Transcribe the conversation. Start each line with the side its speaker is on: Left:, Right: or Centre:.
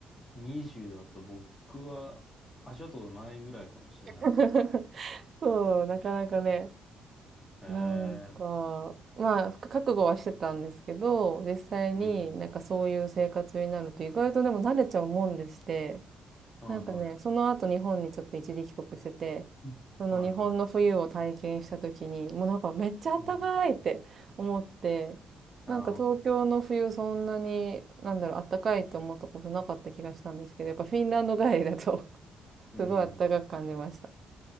Left: 20だと僕は味わったことないぐらいかもしれないですね。
Right: <laughs> そう、なかなかね、
Left: へえ、
Right: なんか、まあ、覚悟はしてたんですけど、実際になんかそういう生活になると意外とでも慣れちゃうもんでして、
Left: うん、うん。はいは
Right: なんかね、その後日本にちょっと一時帰国してて、
Left: い。うんはいはい。
Right: その日本の冬を体験した時に、もうなんかめっちゃ暖かいって思って、
Left: うん。ああ、
Right: なんか東京の冬そんなに、なんだろう、暖かいって思ったことなかった気がしたんですけど、やっぱフィンランド帰りだと <laughs>
Left: うんうん。
Right: すごい暖かく感じました。